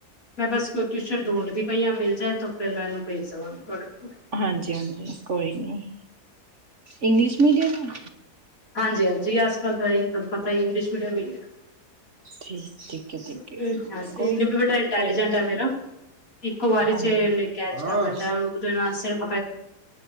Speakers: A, on the left; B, on the right.
A: ਮੈਂ ਬਸ ਕੋਈ ਟਿਊਸ਼ਨ ਢੂੰਡਦੀ ਪਈ ਹਾਂ ਮਿਲ ਜਾਏ ਤਾਂ ਫਿਰ ਮੈਂ ਇਹਨੂੰ ਭੇਜ ਦੇਵਾਂ ਤੁਹਾਡੇ ਕੋਲ।
B: ਹਾਂਜੀ ਹਾਂਜੀ, ਕੋਈ ਨੀ। ਇੰਗਲਿਸ਼ ਮੀਡੀਅਮ ਹੈ।
A: ਹਾਂਜੀ ਹਾਂਜੀ, ਅਸੀ ਪਤਾ ਏ ਪਤਾ ਆ ਇੰਗਲਿਸ਼ ਮੀਡੀਅਮ ਆ
B: ਠੀਕ ਠੀਕ ਹੈ ਠੀਕ
A: ਹਮ
B: ਹੈ
A: ਹਾਂਜੀ
B: ਕੋਈ ਨੀ
A: ਬਟ ਇੰਟੈਲੀਜੈਂਟ
B: ਕੋਈ ਨੀ
A: ਆ ਵੀਰਾ <unintelligible> ਇੱਕੋ ਵਾਰੀ ਚ
B: ਹਾਂਜੀ
A: ਐਨੇ
B: ਹਾਂਜੀ
A: ਕੈਚ
B: ਹਾਂ
A: ਕਰ ਲੈਂਦਾ, ਉਹਦੇ ਨਾਲ ਸਿਰਫ